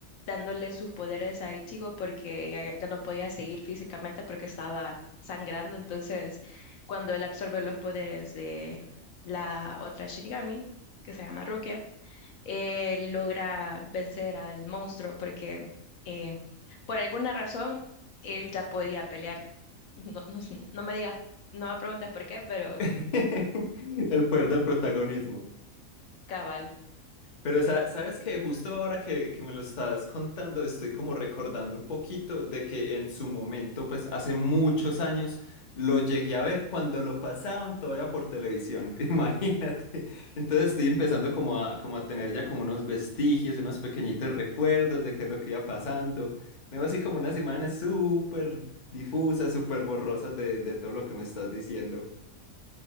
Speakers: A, on the left (about 70°); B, on the left (about 40°).
A: dándole sus poderes a Ichigo porque ella ya no podía seguir físicamente porque estaba sangrando. Entonces, cuando él absorbe los poderes de la otra Shinigami, que se llama Rukia, él logra vencer al monstruo porque eh, por alguna razón él ya podía pelear. No, no, sé, no me digas, no me preguntes por qué, pero
B: <laughs> El poder del protagonismo.
A: cabal,
B: Pero sa- sabes que justo ahora que, que me lo estás contando, estoy como recordando un poquito de que en su momento, pues hace muchos años, lo llegué a ver cuando lo pasaban todavía por televisión, <laughs> imagínate. Entonces estoy empezando como a, como a tener ya como unos vestigios, unos pequeñitos recuerdos de qué es lo que iba pasando. Tengo así como unas imágenes súper difusas, súper borrosas de, de todo lo que me estás diciendo.